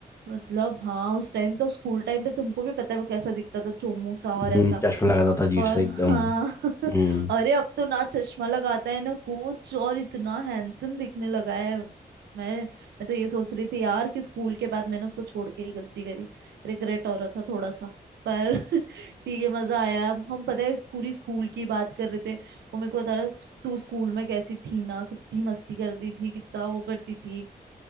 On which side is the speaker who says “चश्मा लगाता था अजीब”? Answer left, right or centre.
Left